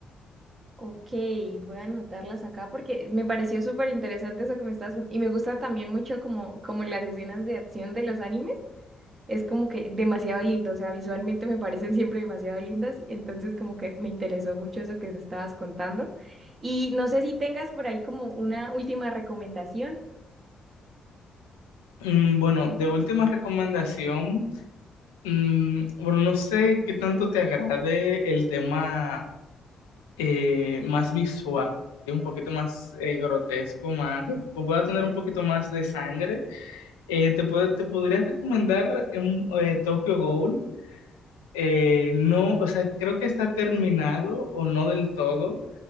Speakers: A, on the right; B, on the left.
A: Ok, voy a anotarlas acá porque me pareció súper interesante eso que me estabas contando. Y me gusta también mucho como, como las escenas de acción de los animes. es como que demasiado lindo, o sea, visualmente me parecen siempre demasiado lindas, y entonces como que me interesó mucho eso que me estabas contando. Y no sé si tengas por ahí como una última recomendación.
B: Mm, bueno, de última recomendación, mm, bueno, no sé qué tanto te agrade el tema eh, más visual, ¿sí? un poquito más eh, grotesco, más, que pueda tener un poquito más de sangre. Eh, te, puedo- te podría recomendar un, eh, Tokyo Ghoul. Eh, no, o sea, creo que está terminado o no del todo,